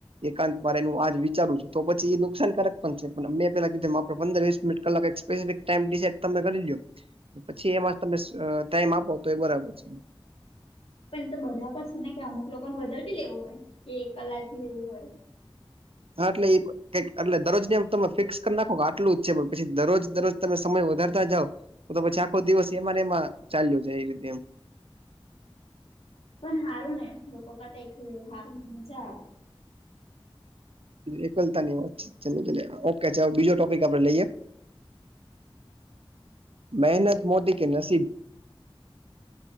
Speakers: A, on the right; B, on the left.
A: એકાંત મારે નું આજ વિચારું છું તો પછી એ નુકસાનકારક પણ છે પણ અમે. પેલાી કીધું તેમ પંદર વિસ મિનિટ કલાક <unintelligible> તમે કરી દો. પછી એમાં તમે ટાઈમ આપો તો એ બરાબર છે.
B: પણ તો બધા પર છે ને કે અમુક લોકોને બદલ ભી લેવું હોય કે એક કલાક ભી લેવું હોય.
A: હા એટલે કઈક એટલે દરરોજ ને આમ તમે ફિક્સ કરી નાખો કે આટલું જ છે પણ પછી દરરોજ દરરોજ તમે સમય વધારતા જાવ. તો તો પછી આખો દિવસ એમાંને એમાં ચાલ્યો છે એવી રીતે એમ.
B: પણ હારું ને લોકો કરતા એખલુ રેવું હારું મજા આવે.
A: એકલતા ની વાત છે છેલ્લે છેલ્લે ઓકે બીજો ટોપિક આપને લઈએ. મહેનત મોટી કે નસીબ.